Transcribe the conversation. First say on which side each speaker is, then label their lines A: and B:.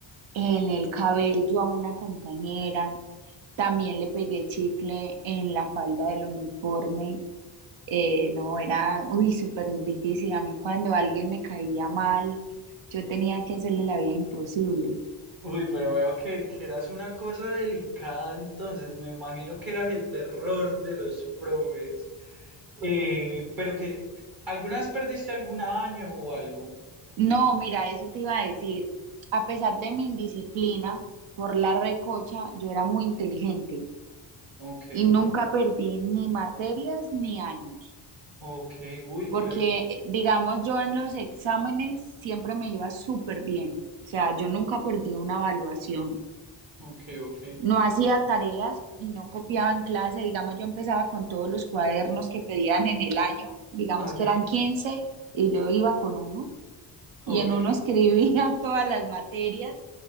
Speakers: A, on the right; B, on the right.
A: en el cabello a una compañera. También le pegué chicle en la falda del uniforme. Eh, no, era, uy, súper difícil. A mí cuando alguien me caía mal, yo tenía que hacerle la vida imposible.
B: Uy, pero veo que, que eras una cosa delicada entonces, me imagino que eras el terror de los probes. Eh, pero que, ¿alguna vez perdiste algún año o algo?
A: No, mira, eso te iba a decir. A pesar de mi indisciplina por la recocha, yo era muy inteligente
B: Ok,
A: y nunca
B: ok,
A: perdí ni materias ni años,
B: ok, uy,
A: porque
B: pero,
A: eh, digamos yo en los exámenes siempre me iba súper bien. O sea, yo nunca perdí una evaluación.
B: ok, ok,
A: No hacía tareas y no copiaba en clase. Digamos, yo empezaba con todos los cuadernos que pedían en el año, digamos
B: ok,
A: que eran 15 y yo iba con uno.
B: ok,
A: y en uno escribía <laughs> todas las materias